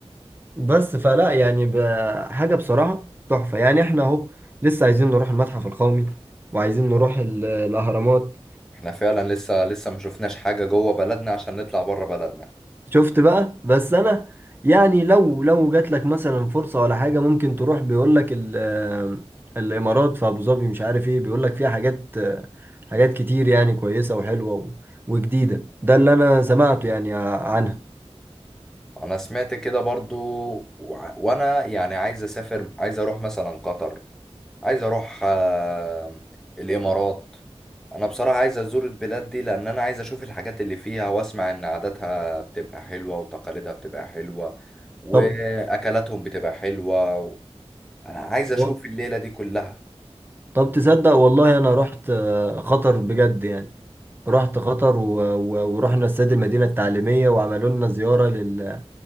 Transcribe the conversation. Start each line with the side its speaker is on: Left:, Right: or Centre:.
Right: بس فلا يعني ب- حاجة بصراحة تحفة يعني احنا اهو لسه عايزين نروح المتحف القومي وعايزين نروح ال- الأهرامات
Centre: احنا فعلا لسه لسه ما شفناش حاجة جوه بلدنا عشان نطلع بره بلدنا
Right: شفت بقى بس أنا يعني لو لو جات لك مثلا فرصة ولا حاجة ممكن تروح بيقول لك ال- الإمارات في أبو ظبي مش عارف ايه بيقول لك فيها حاجات حاجات كتير يعني كويسة وحلوة و- وجديدة ده اللي أنا سمعته يعني عنها
Centre: انا سمعت كده برضو وع- وانا يعني عايز اسافر عايز اروح مثلا قطر عايز اروح آه، الامارات انا بصراحة عايز ازور البلاد دي لان انا عايز اشوف الحاجات اللي فيها واسمع ان عاداتها بتبقى حلوة وتقاليدها بتبقى حلوة واكلاتهم
Right: طب
Centre: بتبقى حلوة انا عايز اشوف
Right: و-
Centre: الليلة دي كلها
Right: طب تصدق والله أنا رحت آه، خطر بجد يعني رحت قطر و... و... ورحنا استاد المدينة التعليمية وعملوا لنا زيارة لل...